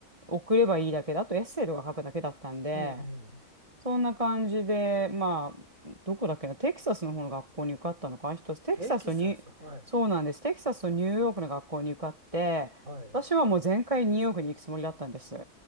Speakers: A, on the right; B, on the right.
A: 送ればいいだけだとエッセイとか書くだけだったんで、
B: うんうん。
A: そんな感じで、まあ、どこだっけな、テキサスの方の学校に受かったのかな、一つ、テキサスとニュ、
B: テキサス、はい。
A: そうなんです。テキサスとニューヨークの学校に受かって、
B: また変わったと。はい。
A: 私はもう全開ニューヨークに行くつもりだったんです。